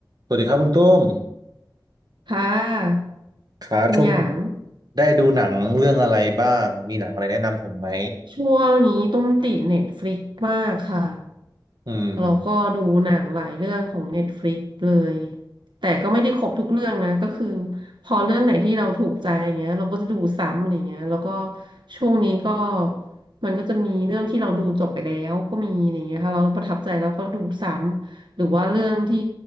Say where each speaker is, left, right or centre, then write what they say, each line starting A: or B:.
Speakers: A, on the right; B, on the right.
A: สวัสดีครับคุณตุ้ม
B: ค่ะ
A: ครับช่วงนี้
B: คุณหยาง
A: ได้ดูหนังเรื่องอะไรบ้างมีหนังอะไรแนะนำผมไหม
B: ช่วงนี้ตุ้มติดเน็ตฟลิกมากค่ะ
A: อืม
B: เราก็ดูหนังหลายเรื่องของ Netflix เลยแต่ก็ไม่ได้ครบทุกเรื่องนะก็คือพอเรื่องไหนที่เราถูกใจอย่างเงี้ยเราก็จะดูซ้ำอะไรเงี้ยแล้วก็ช่วงนี้ก็มันก็จะมีเรื่องที่เราดูจบไปแล้วก็มีอะไรเงี้ยค่ะเราประทับใจเราก็ดูซ้ำหรือว่าเรื่องที่